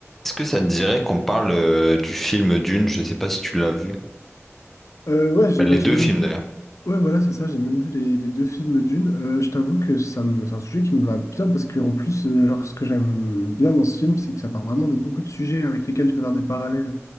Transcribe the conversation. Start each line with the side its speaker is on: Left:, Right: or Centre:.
Centre: Est-ce que ça te dirait qu'on parle euh, du film Dune? Je sais pas si tu l'as vu.
Left: Euh, ouais, j'ai
Centre: Bah, les
Left: bah, j'ai
Centre: deux
Left: même
Centre: films
Left: vu.
Centre: d'ailleurs.
Left: Ouais, voilà, c'est ça, j'ai même vu les, les deux films Dune. Euh, je t'avoue que ça me- c'est un sujet qui me va bien parce que, en plus, euh, genre, ce que j'aime bien dans ce film, c'est que ça parle vraiment de beaucoup de sujets avec lesquels je peux faire des parallèles